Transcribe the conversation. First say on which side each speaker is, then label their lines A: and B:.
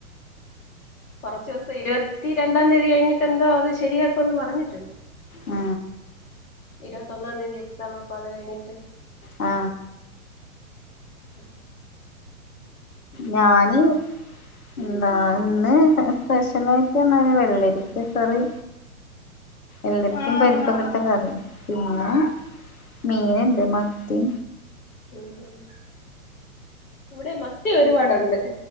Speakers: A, on the left (about 70°); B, on the left (about 80°).
A: കുറച്ച ദിവസം ഇരുപത്തി രണ്ടാം തീയതി കഴിഞ്ഞിട്ട എന്തോ അത് ശരിയാക്കോന്ന് പറഞ്ഞിട്ടുണ്ട്
B: ആ
A: ഇരുപത്തൊന്നാം തീതി എക്സാം അപ്പ അത് കഴിഞ്ഞിട്ട്
B: ആ
A: ഉ
B: ഞാനി എന്താ ഇന്ന് സ്പെഷ്യലായിട്ട് എന്ന വെള്ളരിക്ക കറി എന്റടുത്തും പരുപ്പ ക കറി ആ മീന് എന്തന്ന തി
A: ഉ ഉ ഇവിടെ മത്തി ഒരുപാട് ണ്ട്